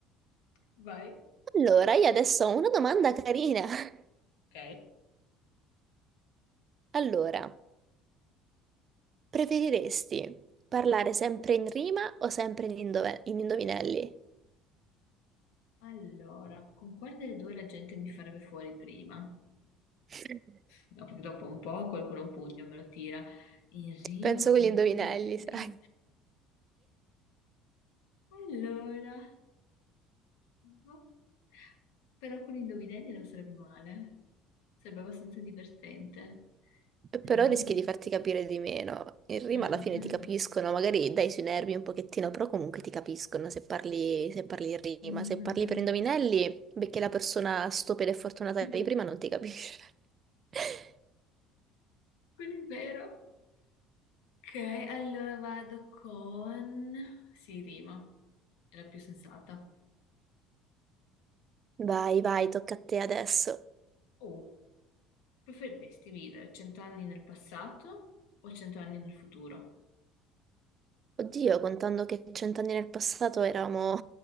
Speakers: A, on the left (about 75°); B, on the right (about 40°).
A: Vai.
B: Allora, io adesso ho una domanda carina. <laughs>
A: Ok.
B: Allora, preferiresti parlare sempre in rima o sempre in, indove- in indovinelli?
A: Allora, con quale delle due la gente mi farebbe fuori prima?
B: <laughs>
A: No, perché dopo un po' qualcuno un pugno me lo tira in rima
B: Penso con
A: o
B: gli
A: in
B: indovinelli,
A: indovinelli.
B: sai.
A: Allora, boh. Però con gli indovinelli non sarebbe male. Sarebbe abbastanza divertente. Rima.
B: Però rischi di farti capire di meno. In rima
A: Mm,
B: alla
A: mm,
B: fine
A: mm.
B: ti capiscono, magari dai sui nervi un pochettino, però comunque ti capiscono se parli, se parli in
A: Mm,
B: rima. Se parli
A: mm,
B: per indovinelli, perché la persona stupida e fortunata
A: mm.
B: di prima
A: <laughs>
B: non ti capisce. <laughs>
A: Quello è vero. Ok, allora vado con... Sì, rima. È la più sensata.
B: Vai, vai, tocca a te adesso.
A: Oh, preferiresti vivere 100 anni nel passato o 100 anni nel futuro?
B: Oddio, contando che cent'anni nel passato eravamo,